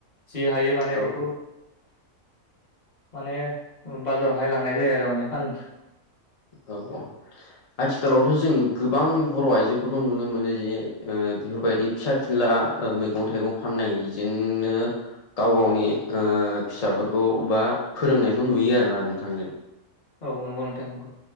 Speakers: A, on the left; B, on the left.
A: जि हायो माने
B: औ
A: बेखौ माने बाजारावहाय लांनाय जायो आरो माने फान
B: औ औ आथिखालावथ' जों गोबां बर' आइजोफोरखौ नुनो मोनो जे ओ बेफोरबायदि फिसा फिनला ओ मैगं थाइगं फाननायजोंनो गाव गावनि ओ फिसाफोरखौ बा फोरोंनायखौ नुयो आरोना नोंथांजों
A: औ नंगौ नोंथां नंगौ